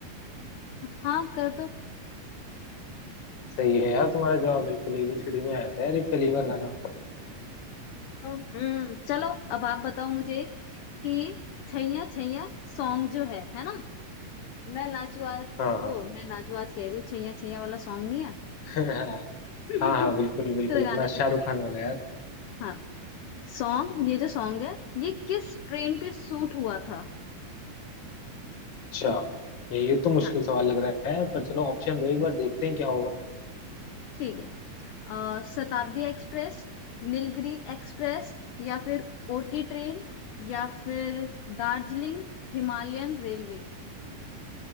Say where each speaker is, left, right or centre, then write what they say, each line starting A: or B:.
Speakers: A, on the left; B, on the left.
A: हाँ कर दो
B: सही है यार तुम्हारा जवाब बिल्कुल एबीसीडी में आया था यार ये पहली बार गाना
A: अ, हम्म चलो अब आप बताओ मुझे कि छैया छैया सॉन्ग जो है है ना मैं नाचुआ
B: हाँ हाँ
A: वो मैं नाचुआ कह रही हूँ छैया छैया वाला सॉन्ग नहीं है
B: <laughs> हाँ
A: <laughs>
B: हाँ बिल्कुल
A: दूसरे
B: बिल्कुल अपना
A: गाने पे
B: शाहरुख
A: चलेगी
B: खान वाला यार
A: हाँ सॉन्ग ये जो सॉन्ग है ये किस ट्रेन पे शूट हुआ था
B: अच्छा ये तो मुश्किल
A: हाँ
B: सवाल लग रहा है यार पर चलो ऑप्शन दो एक बार देखते हैं क्या होगा
A: ठीक है अ, शताब्दी एक्सप्रेस नीलगिरी एक्सप्रेस या फिर ओटी ट्रेन या फिर दार्जिलिंग हिमालयन रेलवे